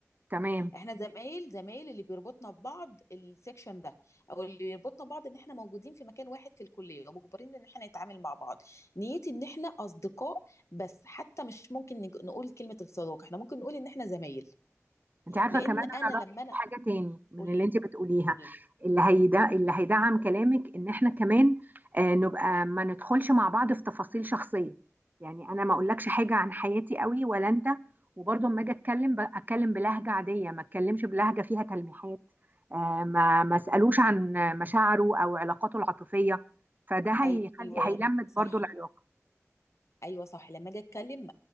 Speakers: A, on the right; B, on the left.
A: تمام
B: احنا زمايل زمايل اللي بيربطنا ببعض السكشن ده او اللي بيربطنا ببعض ان احنا موجودين في مكان واحد في الكليه ومجبرين ان احنا نتعامل مع بعض نيتي ان احنا اصدقاء بس حتى مش ممكن نج- نقول كلمه الصداقه احنا ممكن نقول ان احنا زمايل
A: انت عارفه
B: لان
A: كمان
B: انا
A: انا رايي
B: لما
A: في
B: انا
A: حاجه تاني من
B: قولي
A: اللي
B: لي
A: انت بتقوليها
B: قولي لي
A: اللي هيدا اللي هيدعم كلامك ان احنا كمان آه نبقى ما ندخلش مع بعض في تفاصيل شخصيه يعني انا ما اقولكش حاجه عن حياتي قوي ولا انت وبرضه اما اجي اتكلم ب- اتكلم بلهجه عاديه ما اتكلمش بلهجه فيها تلميحات آه ما ما اسالوش عن مشاعره او علاقاته العاطفيه فده هيخلي
B: ايوه
A: هيلمت
B: صح
A: برضه العلاقه
B: ايوه صح لما اجي اتكلم